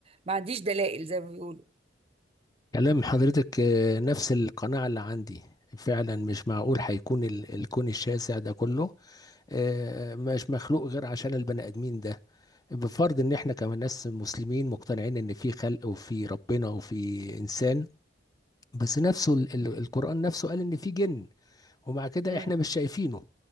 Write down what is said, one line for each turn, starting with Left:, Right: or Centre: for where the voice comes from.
Right: ما عنديش دلائل زي ما بيقولوا
Left: كلام حضرتك آه، نفس القناعة اللي عندي فعلا مش معقول هيكون ال- الكون الشاسع ده كله آه، مش مخلوق غير عشان البني آدمين ده بفرض ان احنا كمان ناس مسلمين مقتنعين ان في خلق وفي ربنا وفي انسان بس نفسه ال- ال- القرآن نفسه قال ان في جن ومع كده
Right: مم.
Left: احنا مش شايفينه